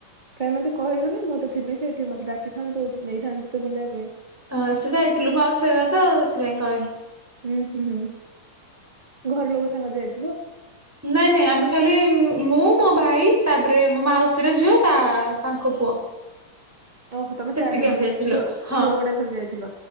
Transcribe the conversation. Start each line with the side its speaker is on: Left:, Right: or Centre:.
Right: କାଇଁ ମତେ କହିଲୁନି ମୁଁ ତ ଥିଲି ସେଇଠି ମତେ ଡାକିଥାନ୍ତୁ ନେଇଥାନ୍ତି ତତେ ବୁଲେଇବା ପାଇଁ।
Centre: ହଁ ସେ ଯାଇଥିଲୁ ମାଉସି ହେରିକା ତ ସେଥିପାଇଁ କହିଲି।
Right: ହୁଁ ହୁଁ ହୁଁ ଘରଲୋକ ସାଙ୍ଗରେ ଯାଇଥି
Centre: ନାଇଁ ନାଇଁ ଆମେ ଖାଲି ମୁଁ ମୋ ଭାଇ ତାପରେ ମୋ ମାଉସୀର ଝିଅ ତା ତାଙ୍କ ପୁଅ।
Right: ଓହୋ ତମେ
Centre: ସେତିକି
Right: ଚାରି ଜଣ
Centre: ଆମେ
Right: ଖାଲି
Centre: ଯାଇଥିଲୁ
Right: ଛୁଆ
Centre: ହଁ
Right: ଛୁଆ ଗୁଡା ଖାଲି ଯାଇଥିଲ